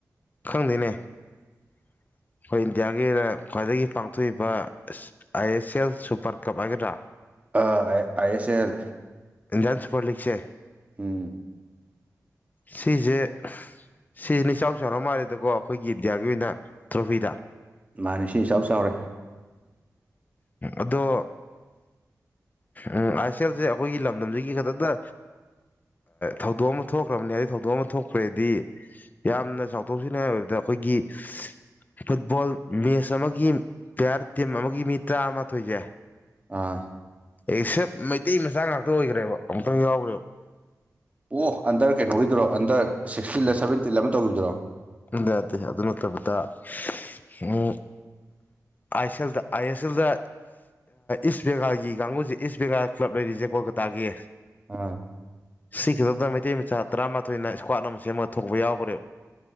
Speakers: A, on the left; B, on the right.
A: ꯈꯪꯗꯦꯅꯦ ꯑꯩꯈꯣꯏ ꯏꯟꯗꯤꯌꯥꯒꯤꯅ ꯈ꯭ꯋꯥꯏꯗꯒꯤ ꯄꯥꯡ ꯊꯣꯛꯏꯕ ꯑꯁ ꯑꯥꯏ ꯑꯦꯁ ꯑꯦꯜ ꯁꯨꯄ꯭ꯔ ꯀꯞ ꯍꯥꯏꯒꯗ꯭ꯔꯥ
B: ꯑꯥ ꯑꯥꯏ ꯑꯦꯁ ꯑꯦꯜ
A: ꯏꯟꯗꯤꯌꯥꯟ ꯁꯨꯄ꯭ꯔꯂꯤꯛꯁꯦ
B: ꯎꯝ
A: ꯁꯤꯖꯦ ꯁꯤꯖꯤꯅ ꯏꯆꯥꯎ ꯆꯥꯎꯔ ꯃꯥꯜꯂꯦꯗꯀꯣ ꯑꯩꯈꯣꯏꯒꯤ ꯏꯟꯗꯤꯌꯥꯒꯤ ꯑꯣꯏꯅ ꯇ꯭ꯔꯣꯐꯤꯗ
B: ꯃꯥꯅꯤ ꯁꯤ ꯏꯆꯥꯎ ꯆꯥꯎꯔꯦ
A: ꯑꯗꯣ ꯎꯝ ꯑꯥꯏ ꯑꯦꯁ ꯑꯦꯜꯁꯦ ꯑꯩꯈꯣꯏꯒꯤ ꯂꯝꯗꯝꯁꯤꯒꯤ ꯈꯛꯇꯥꯗ ꯊꯧꯗꯣꯛ ꯑꯃ ꯊꯣꯛꯈ꯭ꯔꯕꯅꯤ ꯍꯥꯏꯗꯤ ꯊꯧꯗꯣꯛ ꯑꯃ ꯊꯣꯛꯈ꯭ꯔꯦꯗꯤ ꯌꯥꯝꯅ ꯆꯥꯎꯊꯣꯛꯆꯅꯤꯡꯉꯥꯏ ꯑꯣꯏꯕꯗ ꯑꯩꯈꯣꯏꯒꯤ ꯐꯨꯠꯕꯣꯜ ꯃꯦꯠꯁ ꯑꯃꯒꯤ ꯄ꯭ꯂꯦꯌꯥꯔ ꯇꯤꯝ ꯑꯃꯒꯤ ꯃꯤ ꯇꯔꯥꯃꯥꯊꯣꯏꯁꯦ
B: ꯑꯥ
A: ꯑꯦꯛꯁꯦꯞ ꯃꯩꯇꯩ ꯃꯆꯥ ꯉꯥꯛꯇ ꯑꯣꯏꯒ꯭ꯔꯦꯕ ꯑꯃꯨꯛꯇꯪ ꯌꯥꯎꯒ꯭ꯔꯦꯕ
B: ꯑꯣ ꯑꯟꯗꯔ ꯀꯩꯅꯣꯒꯤꯗꯨꯔꯣ ꯑꯟꯗꯔ ꯁꯤꯛꯁꯇꯤꯟꯂ ꯁꯕꯦꯟꯇꯤꯟꯂ ꯑꯃ ꯇꯧꯒꯤꯕꯗꯨꯔꯣ
A: ꯑꯝꯗꯌꯥꯗꯦ ꯑꯗꯨ ꯅꯠꯇꯕꯗ ꯎꯝ ꯑꯥꯏ ꯑꯦꯁ ꯑꯦꯜꯗ ꯑꯥꯏ ꯑꯦꯁ ꯑꯦꯜꯗ ꯏꯁ ꯕꯦꯡꯒꯥꯜꯒꯤ ꯀꯥꯡꯒꯨꯁꯦ ꯏꯁ ꯕꯦꯡꯒꯥꯜ ꯀ꯭ꯂꯕ ꯂꯩꯔꯤꯁꯦ ꯀꯣꯜꯀꯠ ꯇꯥꯒꯤ
B: ꯑ
A: ꯁꯤ ꯈꯤꯛꯇꯗ ꯃꯩꯇꯩ ꯃꯆꯥ ꯇꯔꯥꯃꯥꯊꯣꯏꯅ ꯏꯁꯀ꯭ꯋꯥꯠ ꯑꯃ ꯁꯦꯝꯃ ꯊꯣꯛꯄ ꯌꯥꯎꯒ꯭ꯔꯦꯕ